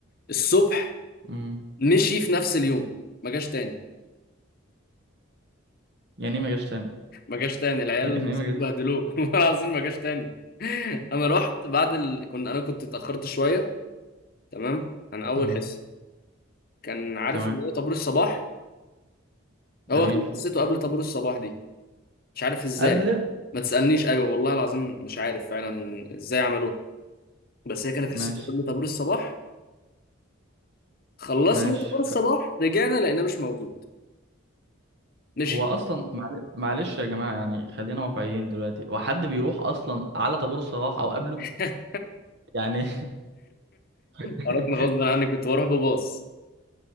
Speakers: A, on the left (about 45°); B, on the right (about 50°).
A: الصبح
B: مم.
A: مشي في نفس اليوم ما جاش تاني
B: يعني ايه ما جاش تاني
A: ما جاش تاني العيال
B: <laughs> يعني
A: مسكوه
B: ايه ما جاش
A: بهدلوه <laughs> والله العظيم ما جاش تاني <laughs> انا رحت بعد ال... كنت انا كنت اتأخرت شوية تمام عن اول
B: مم.
A: حصة كان عارف
B: تمام
A: اللي هو طابور الصباح هو
B: جميل
A: كان قصته قبل طابور الصباح دي مش عارف ازاي
B: قبل
A: ما تسألنيش ايوه والله العظيم مش عارف فعلا ازاي عملوها بس هي كانت حصته
B: ماشي
A: قبل طابور الصباح خلصنا
B: ماشي
A: طابور الصباح رجعنا لقيناه مش موجود مشي
B: فهو اصلا معل... معلش يا جماعه يعني خلينا واقعيين دلوقتي وحد بيروح اصلا على طابور الصباح او قبله
A: <laughs>
B: يعني <laughs>
A: عرفنا غصب عني كنت بروح بباص